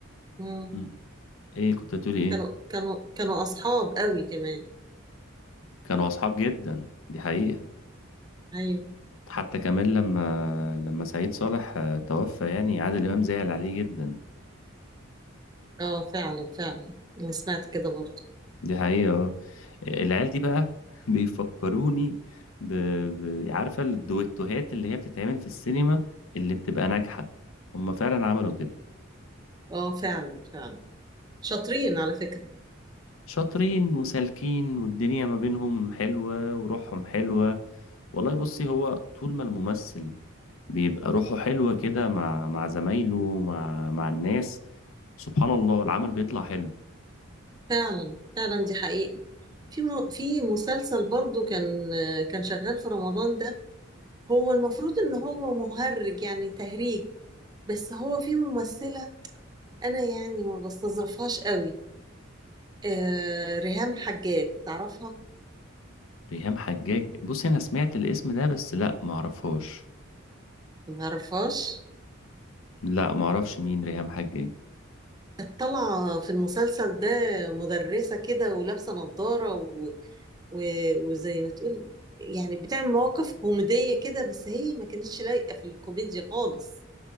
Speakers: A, on the right; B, on the left.
A: مم.
B: مم. ايه كنت هتقولي ايه
A: كانوا كانوا كانوا أصحاب قوي كمان
B: كانوا اصحاب جدا دي حقيقة
A: أيوة
B: حتى كمان لما لما سعيد صالح آه، توفى يعني عادل امام زعل عليه جدا
A: اه فعلا فعلا أنا سمعت كده برضه
B: دي حقيقة آه. العيال دي بقى <laughs> بيفكروني ب... ب... عارفة الدويتوهات اللي هي بتتعمل في السينما اللي بتبقى ناجحة هم فعلا عملوا كده
A: اه فعلا فعلا شاطرين على فكرة
B: شاطرين وسالكين والدنيا ما بينهم حلوة وروحهم حلوة والله بصي هو طول ما الممثل بيبقى روحه حلوة كده مع مع زمايله مع مع الناس سبحان الله العمل بيطلع حلو
A: فعلا فعلا دي حقيقة في م... في مسلسل برضو كان كان شغال في رمضان ده هو المفروض ان هو مهرج يعني تهريج بس هو في ممثلة انا يعني ما بستظرفهاش قوي آه... ريهام حجاج تعرفها
B: ريهام حجاج بصي انا سمعت الاسم ده بس لا معرفهاش
A: ما تعرفهاش
B: لا معرفش مين ريهام حجاج
A: طالعة في المسلسل ده مدرسة كده ولابسة نظارة و... و... وزي ما تقول يعني بتعمل مواقف كوميدية كده بس هي ما كانتش لايقة في الكوميديا خالص